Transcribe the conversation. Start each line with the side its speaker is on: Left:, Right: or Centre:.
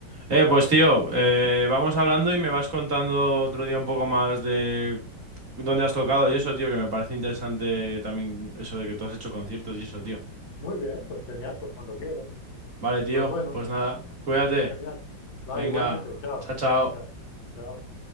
Right: Eh,
Left: claro.
Right: pues tío, eh, vamos hablando y me vas contando otro día un poco más de dónde has tocado y eso, tío, que me parece interesante también eso de que tú has hecho conciertos y eso, tío.
Left: Muy bien, pues genial, pues cuando quieras.
Right: Vale, tío,
Left: Pues bueno,
Right: pues nada, cuídate.
Left: genial. Vale,
Right: Venga,
Left: igualmente. Chao,
Right: chao, chao.
Left: chao, chao.